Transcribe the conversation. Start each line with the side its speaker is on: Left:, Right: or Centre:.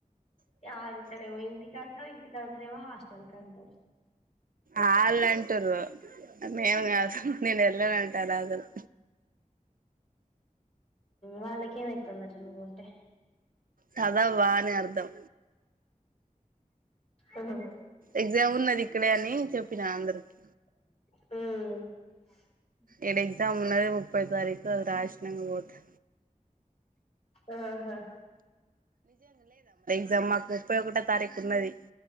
Left: ఆడుండడేమో ఇంటికాడ ఇంటి టికాడనె హాస్టల్ కంట
Right: అళ్ళంటు నేను కాదు నేను వెళ్ళను అంటాను అసలు
Left: వాళ్ళకేమైతుందట నువ్వు ఉంటే
Right: కదా వాని అర్థం
Left: ఉహు
Right: ఎగ్జామ్ ఉన్నది ఇక్కడే అని చెప్పిన అందరికి
Left: మ్
Right: ఏడ ఎక్జామ్ ఉన్నది ముప్పై తారీకు అది రాసిినంగ పోతా
Left: ఆహా
Right: ఎక్జామ్ మాకు ముప్పై ఒకటో తారీఖు ఉన్నది